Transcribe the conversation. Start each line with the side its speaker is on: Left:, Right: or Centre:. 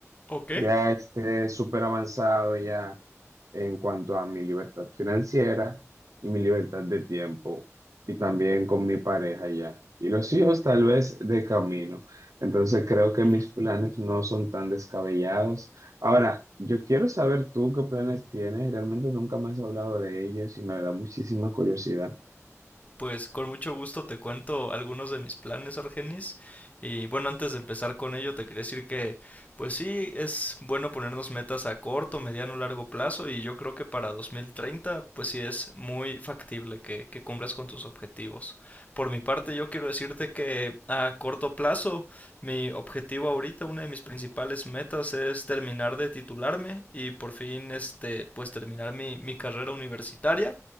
Left: Ok.
Right: ya esté súper avanzado ya en cuanto a mi libertad financiera y mi libertad de tiempo y también con mi pareja ya. Y los hijos tal vez de camino. Entonces creo que
Left: Ujú.
Right: mis planes no son tan descabellados. Ahora, yo quiero saber tú qué planes tienes. Realmente nunca me has hablado de ellos y me da muchísima curiosidad.
Left: Pues con mucho gusto te cuento algunos de mis planes, Argenis. Y bueno, antes de empezar con ello, te quería decir que, pues sí, es bueno ponernos metas a corto, mediano, largo plazo. Y yo creo que para 2030, pues sí es muy factible que, que cumplas con tus objetivos. Por mi parte, yo quiero decirte que a corto plazo, mi objetivo ahorita, una de mis principales metas es terminar de titularme y por fin, este, pues terminar mi, mi carrera universitaria.